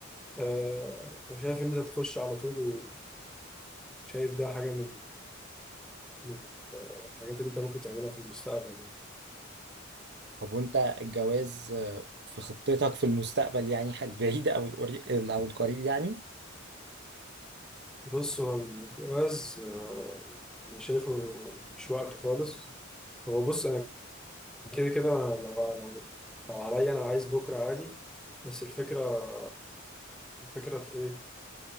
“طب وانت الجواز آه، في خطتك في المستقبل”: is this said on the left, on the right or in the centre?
Right